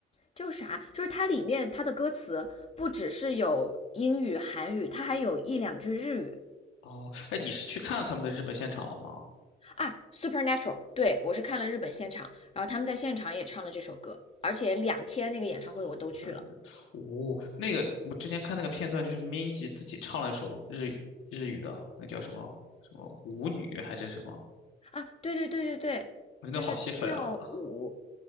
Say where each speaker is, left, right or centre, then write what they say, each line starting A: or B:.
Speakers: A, on the left (about 30°); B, on the left (about 80°).
A: 叫啥，就是它里面它的歌词不只是有英语、韩语，它还有一两句日语
B: 哦，哎，你是去看了他们的日本现场了吗
A: 啊。Supernatural，对我是看了日本现场，然后他们在现场也唱了这首歌，而且两天那个演唱会我都去了
B: ？Super，呢哦，那个我之前看那个片段，就是 Minji 自己唱了一首日日语的，那叫什么什么舞女还是什么？
A: 啊。对对对对对，
B: 我真的好吸粉啊
A: 就是跳舞，